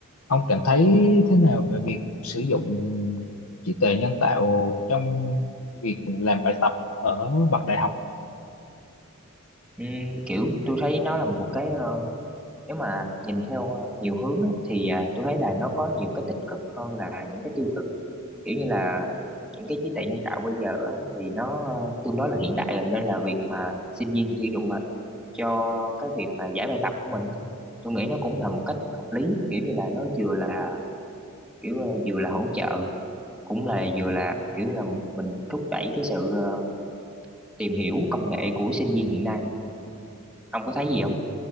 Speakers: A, on the left; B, in the centre.
A: Ông cảm thấy thế nào về việc sử dụng trí tuệ nhân tạo trong việc làm bài tập ở bậc đại học?
B: Ừm, kiểu tôi thấy nó là một cái ờ, nếu mà nhìn theo ờ, nhiều hướng á, thì à, tôi thấy là nó có nhiều cái tích cực hơn là những cái tiêu cực kiểu như là những cái trí tuệ nhân tạo bây giờ á, thì nó ờ, tương đối là hiện đại rồi nên là việc mà sinh viên sử dụng mà cho cái việc mà giải bài tập của mình á, tôi nghĩ nó cũng là một cách hợp lý kiểu như là nó vừa là kiểu ờ, vừa là hỗ trợ cũng là vừa là kiểu là mình thúc đẩy cái sự ờ, tìm hiểu công nghệ của sinh viên hiện nay ông có thấy gì không?